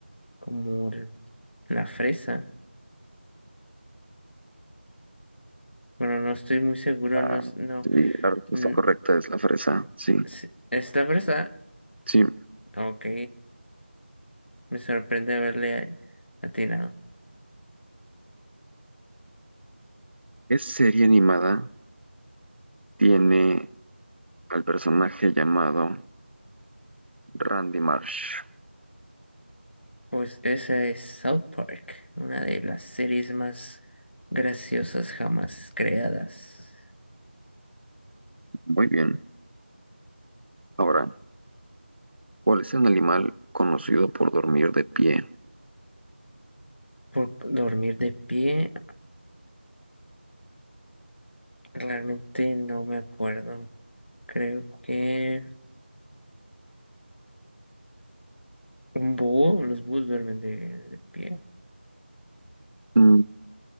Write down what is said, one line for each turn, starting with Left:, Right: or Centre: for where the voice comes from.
Left: como el- la fresa. Bueno, no estoy muy seguro,
Right: Ah,
Left: no, s- no,
Right: sí, la respuesta
Left: mm,
Right: correcta es la fresa, sí,
Left: s- ¿es la fresa?
Right: sí.
Left: Ok, Me sorprende haberle atinado.
Right: Es serie animada, tiene al personaje llamado Randy Marsh.
Left: Pues esa es South Park, una de las series más graciosas jamás creadas.
Right: Muy bien. Ahora, ¿cuál es el animal conocido por dormir de pie?
Left: Por dormir de pie, realmente no me acuerdo. Creo que un búho, los búhos duermen de, de pie.
Right: Mm,